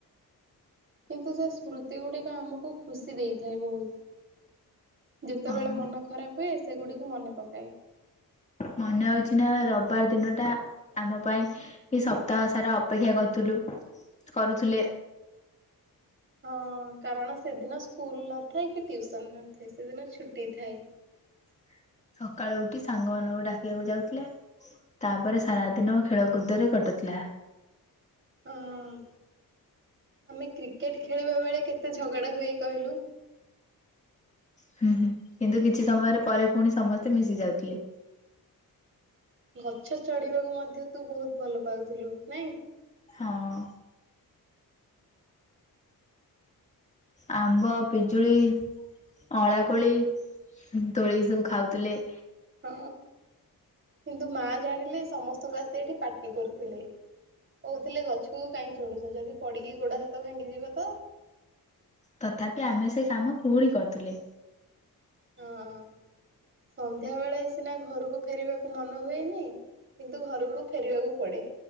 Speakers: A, on the right; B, on the left.
A: କିନ୍ତୁ ସେ ସ୍ମୃତି ଗୁଡିକ ଆମକୁ ଖୁସି ଦେଇଥାଏ ବହୁତ। ଯେତେବେଳେ
B: ହଁ
A: ମନ ଖରାପ ହୁଏ ସେଗୁଡିକୁ ମନେ ପକାଏ।
B: ମନେଯଉଛି ନା ରବିବାର ଦିନ ଟା ଆମ ପାଇଁ ଏ ସପ୍ତାହ ସାର ଅପେକ୍ଷା କରୁଥିଲୁ। କରୁଥିଲେ
A: ହଁ କାରଣ ସେଦିନ ସ୍କୁଲ ନଥାଏ କି ଟିଉସନ ନଥାଏ ସେଦିନ ଛୁଟି ଥାଏ।
B: <unintelligible> ସକାଳୁ ଉଠି ସାଙ୍ଗମାନାନଙ୍କୁ ଡାକିବାକୁ ଯାଉଥିଲେ ତାପରେ ସାରା ଦିନ ଖେଳକୁୁଦରେ କଟୁଥିଲା। ଥିଲା।
A: ହଁ ଆମେ କ୍ରିକେଟ ଖେଳିବା ବେଳେ କେତେ ଝଗଡା ହୁଏ କହିଲୁ?
B: ହୁଁ ହୁଁ କିନ୍ତୁ କିଛି ସମୟରେ ପରେ ପୁଣି ସମସ୍ତେ ମିଶି ଯାଉଥିଲେ।
A: ହଁ ଗଛ ଚଢିବାକୁ ମଧ୍ୟ ତୁ ବହୁତ ଭଲ ପାଉଥିଲୁ ନାଇଁ?
B: ହଁ। ଆମ୍ବ ପିଜୁଳି ଅଳା କୋଳି ତୋଳି ସବୁ ଖାଉଥିଲେ।
A: ହଁ କିନ୍ତୁ ମା ଜାଣିଲେ ସମସ୍ତଙ୍କୁ ଆସି ଏଠି ପାଟି କରୁଥିଲେ। କହୁଥିଲେ ଗଛକୁ କାଇହିଁ ଚଢୁଛ ଯଦି ପଡିକି ଗୋଡ ହାତ ଭାଙ୍ଗିଯିବ ତ।
B: ତଥାପି ଆମେ ସେ କାମ ପୁଣି କରୁଥିଲେ।
A: ହଁ ସନ୍ଧ୍ୟା ବେଳେ ସିନା ଘରକୁ ଫେରିବାକୁ ମନ ହୁଏ ନାହିଁ। କିନ୍ତୁ ଘରକୁ ଫେରିବାକୁ ପଡେ।